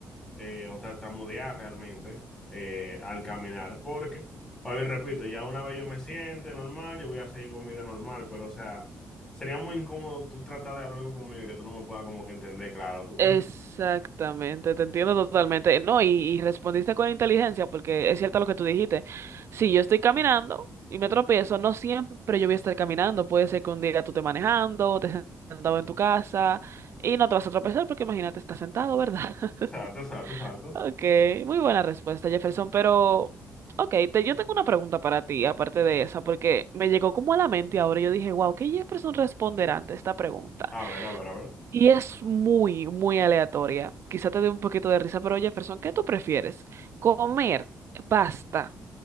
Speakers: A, on the left; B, on the right.
A: eh, o tartamudear realmente eh, al caminar, porque, a ver, repito, ya una vez yo me siente normal, yo voy a seguir con mi vida normal, pero o sea, sería muy incómodo tú tratar de hablar conmigo y que tú no me puedas como que entender, claro, tú, ¿me
B: Exactamente,
A: entiendes?
B: te entiendo totalmente. No, y, y respondiste con inteligencia, porque es cierto lo que tú dijiste. Si yo estoy caminando y me tropiezo, no siempre yo voy a estar caminando. Puede ser que un día tú te manejando, o te sentado en tu casa y no te vas a tropezar porque imagínate, estás sentado, ¿verdad? <laughs>
A: Exacto, exacto, exacto.
B: Ok, muy buena respuesta, Jefferson, pero ok, te, yo tengo una pregunta para ti, aparte de esa, porque me llegó como a la mente ahora. Yo dije, wow, ¿qué Jefferson responderá ante esta pregunta?
A: A ver, a ver, a ver.
B: Y es muy, muy aleatoria. Quizá te dé un poquito de risa, pero Jefferson, ¿qué tú prefieres? ¿Comer pasta